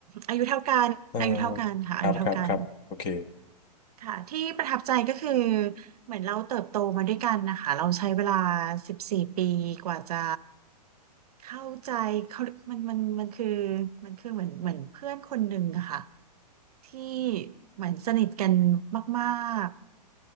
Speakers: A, on the right; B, on the left.
A: อายุเท่ากันอายุเท่ากันค่ะอายุเท่ากัน
B: เอ่อครับครับครับโอเค
A: ค่ะที่ประทับใจก็คือเหมือนเราเติบโตมาด้วยกันนะคะเราใช้เวลาสิบสี่ปีกว่าจะ เข้าใจเขามันมันมันคือมันคือเหมือนเหมือนเพื่อนคนหนึ่งอะค่ะที่เหมือนสนิทกันมาก